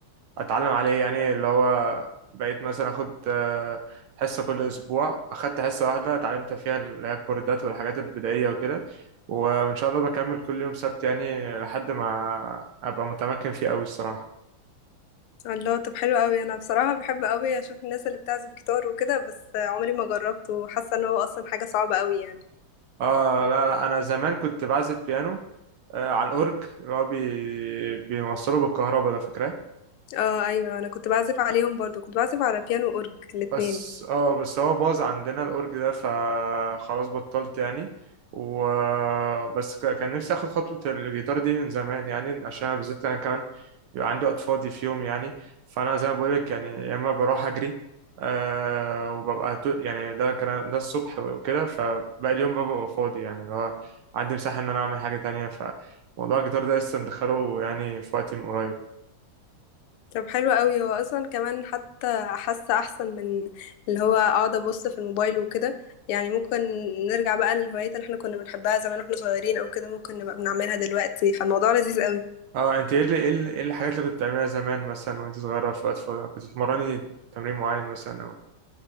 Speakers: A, on the right (about 75°); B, on the left (about 80°).
A: اتعلم عليه يعني اللي هو بقيت مثلا اخد آه، حصه كل اسبوع اخدت حصه واحده اتعلمت فيها اللي هي الكوردات والحاجات البدائيه وكده وان شاء الله بكمل كل يوم سبت يعني لحد ما ابقى متمكن فيه قوي الصراحه
B: الله طب حلو قوي انا بصراحة بحب قوي اشوف الناس اللي بتعزف جيتار وكده بس عمري ما جربت وحاسة ان هو اصلا حاجة صعبة قوي يعني
A: اه لا لا انا زمان كنت بعزف بيانو آه، على الاورج اللي هو بي... بيوصله بالكهرباء ده فاكراه
B: اه ايوه انا كنت بعزف عليهم برضو كنت بعزف على بيانو اورج الاتنين
A: بس اه بس هو باظ عندنا الأورج ده فخلاص بطلت يعني و بس ك- كان نفسي اخد خطوة الجيتار دي من زمان يعني عشان بالذات انا كمان بيبقى عندي وقت فاضي في يوم يعني فانا زي ما بقولك يعني يا اما بروح اجري آه وببقى تو- يعني ده كان ده الصبح وكده فباقي اليوم ببقى فاضي يعني اللي هو عندي مساحة ان انا اعمل حاجة تانية فموضوع الجيتار ده لسه مدخله يعني في وقتي من قريب
B: طب حلو قوي هو اصلا كمان حتى حاسة احسن من اللي هو اقعد ابص في الموبايل وكده يعني ممكن نرجع بقى للهوايات اللي احنا كنا بنحبها زمان واحنا صغيرين او كده ممكن نبقى بنعملها دلوقتي فالموضوع لذيذ قوي
A: اه انت ايه اللي ايه اللي ايه الحاجات اللي كنت بتعمليها زمان مثلا وانت صغيرة في وقت فراغ كنت بتمرني تمرين معين مثلا او